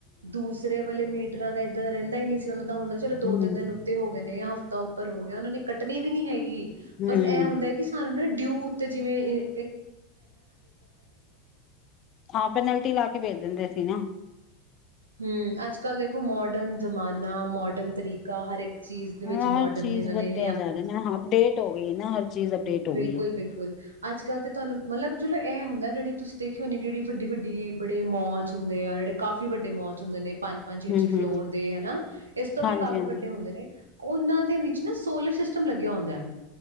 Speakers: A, on the right (about 80°); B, on the left (about 40°).
A: ਦੂਸਰੇ ਵਾਲੇ ਮੀਟਰਾਂ ਦਾ ਇੱਦਾਂ ਰਹਿੰਦਾ ਹੀ ਨਹੀਂ ਸੀ ਉਹਨਾਂ ਦਾ ਹੁੰਦਾ ਚਲੋ ਦੋ
B: ਹੂੰ।
A: ਤਿੰਨ ਦਿਨ ਉੱਤੇ ਹੋ ਗਏ ਨੇ ਜਾਂ ਹਫ਼ਤਾ ਉੱਪਰ ਹੋ ਗਿਆ ਉਹਨਾਂ ਨੇ ਕੱਟਣੇ ਵੀ ਨਹੀਂ ਹੈ ਗੀ
B: ਹੂੰ,
A: ਬਸ ਇਹ ਹੁੰਦਾ ਕਿ ਸਾਨੂੰ ਨਾ ਡਿਊ ਉੱਤੇ ਜਿਵੇਂ ਇਹ,
B: ਹਾਂ ਪੈਨਲਟੀ ਲਾ ਕੇ ਵੇਚ ਦਿੰਦੇ ਸੀ ਨਾ
A: ਹੂੰ ਅੱਜ ਕੱਲ੍ਹ ਦੇਖੋ ਮੋਡਰਨ ਜ਼ਮਾਨਾ ਮੋਡਰਨ ਤਰੀਕਾ ਹਰ ਇੱਕ ਚੀਜ਼ ਦੇ ਵਿੱਚ
B: ਹਰ
A: ਮੋਡਰਨ
B: ਚੀਜ਼
A: ਹੀ ਇਹਨਾਂ
B: ਵਧਿਆ
A: ਨੇ
B: ਜਾ ਰਿਹਾ ਹੈ, ਨਾ ਅਪਡੇਟ ਹੋ ਗਈ ਨਾ ਹਰ ਚੀਜ਼ ਅਪਡੇਟ ਹੋ
A: ਬਿਲਕੁਲ-ਬਿਲਕੁਲ
B: ਗਈ ਹੈ।
A: ਅੱਜ ਕੱਲ ਤੇ ਤੁਹਾਨੂੰ ਮਤਲਬ ਚਲੋ ਇਹ ਹੁੰਦਾ ਹੈ, ਜਿਹੜੀ ਤੁਸੀਂ ਦੇਖਿਓ ਨੇ ਜਿਹੜੀ ਵੱਡੀ ਵੱਡੀ ਬੜੇ ਮੋਲਸ ਹੁੰਦੇ ਆ ਜਿਹੜੇ ਕਾਫੀ ਵੱਡੇ ਮੋਲਸ ਹੁੰਦੇ ਨੇ। ਪੰਜ-ਪੰਜ ਛੇ-ਛੇ
B: ਹੂੰ-ਹੂੰ।
A: ਫਲੋਰ ਦੇ ਹੈਨਾ, ਇਸ ਤੋਂ ਵੀ
B: ਹਾਂਜੀ-ਹਾਂਜੀ
A: ਕਾਫ਼ੀ ਵੱਡੇ ਹੁੰਦੇ ਨੇ ਉਹਨਾਂ ਦੇ ਵਿੱਚ ਨਾ ਸੋਲਰ ਸਿਸਟਮ ਲੱਗਿਆ ਹੁੰਦਾ ਹੈ।